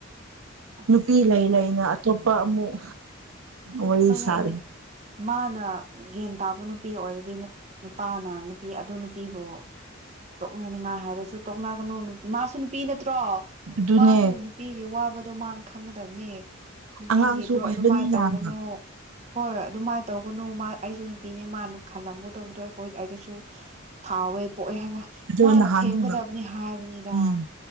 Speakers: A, on the right (about 35°); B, on the right (about 85°).
A: ꯑꯁ
B: ꯅꯨꯄꯤ ꯂꯩ ꯂꯩꯅ ꯑꯇꯣꯞꯄ ꯑꯃꯨꯛ ꯋꯥꯏ
A: ꯍꯣꯏꯅꯦ
B: ꯁꯔ
A: ꯃꯥꯅ ꯒ꯭ꯌꯥꯟ ꯇꯥꯕ ꯅꯨꯄꯤ ꯑꯣꯏꯔꯗꯤ ꯅꯨꯄꯥꯅ ꯅꯨꯄꯤ ꯑꯗꯨ ꯅꯨꯄꯤꯕꯨ ꯇꯣꯛꯅꯅꯤꯡꯉꯥꯏ ꯍꯥꯏꯔꯁꯨ ꯇꯣꯛꯅꯒꯅꯨ ꯃꯥꯁꯨ ꯅꯨꯄꯤ ꯅꯠꯇ꯭ꯔꯣ
B: ꯑꯗꯨꯅꯦ
A: ꯃꯥꯁꯨ ꯅꯨꯄꯤꯒꯤ ꯋꯥꯕ ꯑꯗꯣ ꯃꯥꯅ ꯈꯪꯒꯗꯕꯅꯦ ꯅꯨꯄꯤꯒꯤꯗꯣ
B: ꯑꯉꯥꯡꯁꯨ ꯑꯣꯏꯕꯅꯤ
A: ꯑꯗꯨꯃꯥꯏꯅ ꯇꯧꯒꯅꯨ
B: ꯌꯥꯝ
A: ꯍꯣꯏ ꯑꯗꯨꯃꯥꯏꯅ ꯇꯧ ꯀꯅꯨ ꯃꯥ ꯑꯩꯁꯨ ꯅꯨꯄꯤꯅꯦ ꯃꯥꯅ ꯈꯜꯂꯝꯒꯗꯧꯕꯗꯣ ꯑꯩꯈꯣꯏ ꯑꯩꯗꯁꯨ ꯐꯥꯎꯋꯦ ꯄꯣꯛꯑꯦ ꯍꯥꯏꯕ
B: ꯑꯗꯨ
A: ꯃꯥꯅ
B: ꯅꯍꯥꯟꯗꯣ
A: ꯊꯦꯝꯒꯗꯕꯅꯤ ꯍꯥꯏꯕꯅꯤꯗ
B: ꯎꯝ